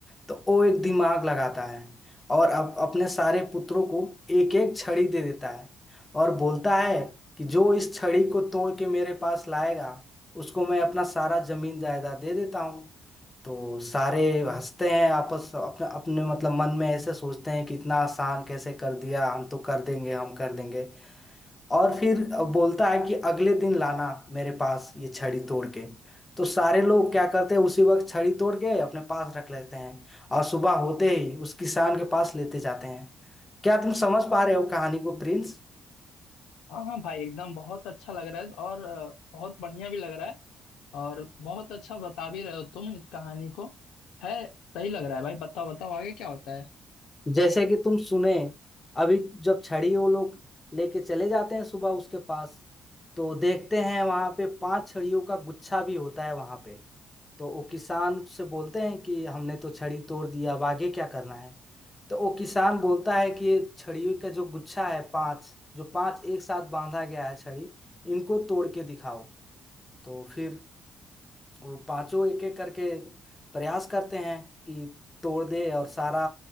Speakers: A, on the left (about 20°); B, on the left (about 80°).
A: तो वो एक दिमाग लगाता है और अब अपने सारे पुत्रों को एक एक छड़ी दे देता है और बोलता है कि जो इस छड़ी को तोड़ के मेरे पास लाएगा उसको मैं अपना सारा जमीन जायदाद दे देता हूँ तो सारे हंसते हैं आपस अपने अपने मतलब मन में ऐसे सोचते हैं कि इतना आसान कैसे कर दिया हम तो कर देंगे हम कर देंगे और फिर बोलता है कि अगले दिन लाना मेरे पास ये छड़ी तोड़ के तो सारे लोग क्या करते हैं उसी वक्त छड़ी तोड़ के अपने पास रख लेते हैं और सुबह होते ही उस किसान के पास लेते जाते हैं क्या तुम समझ पा रहे हो कहानी को प्रिंस
B: हाँ हाँ भाई एकदम बहुत अच्छा लग रहा है और अ, बहुत बढ़िया भी लग रहा है और बहुत अच्छा बता भी रहे हो तुम इस कहानी को है सही लग रहा है भाई बताओ बताओ आगे क्या होता है
A: जैसे कि तुम सुने अभी जब छड़ी वो लोग लेके चले जाते हैं सुबह उसके पास तो देखते हैं वहां पे पांच छड़ियों का गुच्छा भी होता है वहां पे तो वो किसान से बोलते हैं कि हमने तो छड़ी तोड़ दिया अब आगे क्या करना है तो वो किसान बोलता है कि ये छड़ियों का जो गुच्छा है पांच जो पांच एक साथ बांधा गया है छड़ी इनको तोड़ के दिखाओ तो फिर वो पांचों एक एक करके प्रयास करते हैं कि तोड़ दे और सारा